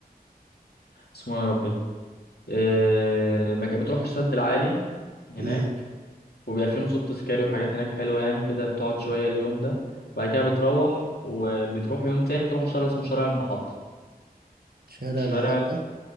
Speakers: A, on the left; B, on the right.
A: اسمه إيه يا ربي آه، مكان بتروحوا السد العالي هناك
B: امم
A: وبيبقى فيه نصب تذكاري وحاجات هناك حلوة يعني كده بتقعد شوية اليوم ده بعد كده بتروح وبتروح يوم تاني بتروحوا شارع اسمه شارع المحطة
B: شارع
A: شارع
B: المحطة
A: ال-